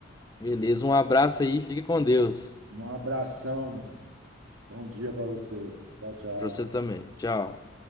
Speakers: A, on the left; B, on the right.
A: Beleza, um abraço aí, fique com Deus.
B: Um abração. Bom dia para você. Tchau, tchau.
A: Pra você também. Tchau.